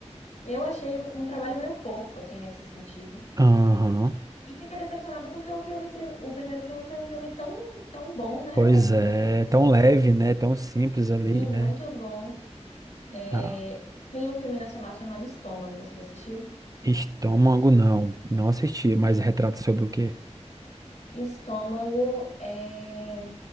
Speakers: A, on the left; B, on the right.
A: eu achei um trabalho meio porco, assim, nesse sentido.
B: Aham.
A: E fiquei decepcionada porque o filme, pri- o primeiro filme foi um filme tão, tão bom, né?
B: Pois
A: Acho que
B: é,
A: todo mundo
B: tão
A: gosta.
B: leve, né? Tão simples ali,
A: E muito
B: né?
A: bom. É,
B: Ah,
A: Tem um filme nacional chamado Estômago, você já assistiu?
B: estômago não, não assisti, mas retrata sobre o quê?
A: Estômago é,